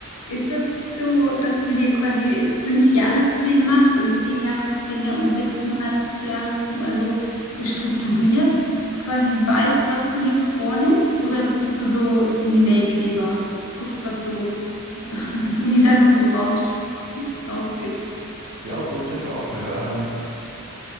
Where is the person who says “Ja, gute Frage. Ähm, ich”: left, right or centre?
Right